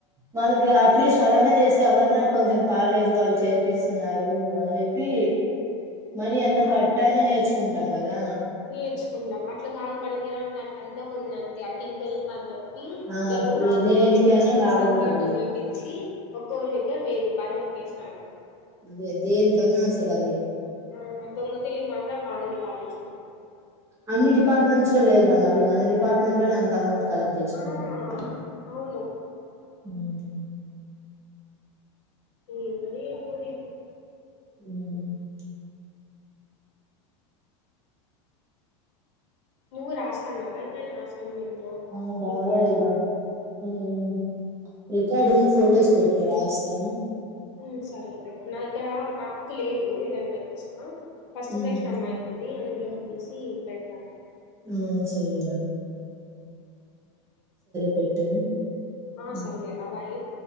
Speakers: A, on the right; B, on the left.
A: మనకి అట్లీస్ట్ అదన్నా చేస్తే అవన్నా కొంచెం కాలేజీ వాళ్ళు చెప్. చేప్పిస్తున్నారు అని చెప్పి. మనీ
B: ఉమ్
A: అన్న ఖర్చు అయినా నేర్చుకుంటాం కదా
B: నేర్చుకుందాం అట్లా కాదు పనికిరాన్ దాని. గంధం ఉన్నంతే ఆ టింకల్ మంజప్. హ్మ్
A: ఆ
B: ఏదో నాలుగైదు
A: ఏ- దేనికైనా
B: చిన్ చిన్న
A: లాభం
B: సర్క్యూట్
A: అది
B: ను జేపించి ఒక్కొరి దగ్గర వెయ్యి రూపాయలు నోక్. కేష్నాడు.
A: అదే దేని కన్నా అసలు అది.
B: ఆ దొంగ తెలివి మాత్రం బాగుంది కాలేజీకి
A: అన్ని డిపార్ట్మెంట్స్ లో లేదు రమ్. మళ్ళీ మన డిపార్ట్మెంట్ లోనే అంత అమౌంట్ కలెక్ట్ చేసుకోని
B: ఆ
A: బోయింది.
B: అవును
A: ఉమ్.
B: ఏందో ఏమో ఇది.
A: ఉమ్ ప్చ్.
B: నువ్వు రాస్త అన్నవా ఏమైనా అసైన్మెంట్.
A: అవును రాయలీరా.
B: రికార్డు
A: ఉమ్ రికార్డు నువ్వు ఫొటోస్
B: ఆ,
A: పెట్రా రాస్తా.
B: ఉమ్ సర్లే పెడ్త్ నా దగ్గర నా బుక్కు లేదు వేరే అమ్మాయికిచ్చిన. ఫస్ట్
A: ఉమ్,
B: సెక్షన్ అమ్మాయిది ఉంది అందులో చూసి పెడుత్.
A: ఉమ్ సరే రా. పెట్టు
B: ఆ
A: ఉమ్,
B: సర్లెరా బాయ్